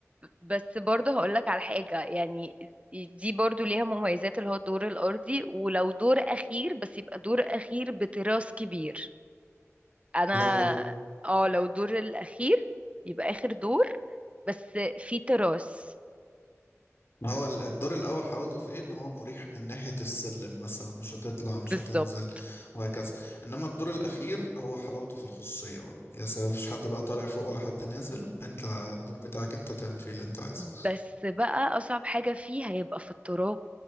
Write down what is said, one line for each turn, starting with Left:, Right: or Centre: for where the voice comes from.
Right: بس برضه هقولك على حاجة يعني دي برضه ليها مميزات اللي هو الدور الأرضي ولو دور أخير بس يبقى دور أخير بتراس كبير أنا
Left: لو
Right: اه لو دور الأخير يبقى آخر دور بس في تراس
Left: ما هو ال- الدور الاول حلاوته في ايه ان هو مريح من ناحيه السلم مثلا مش هتطلع مش
Right: بالظبط
Left: هتنزل وهكذا انما الدور الاخير هو حلاوته في الخصوصيه بقى يا سلام مفيش حد بقى طالع فوق ولا حد نازل انت الدور بتاعك انت تعمل فيه اللي انت عايزه
Right: بس بقى أصعب حاجة فيه هيبقى في التراب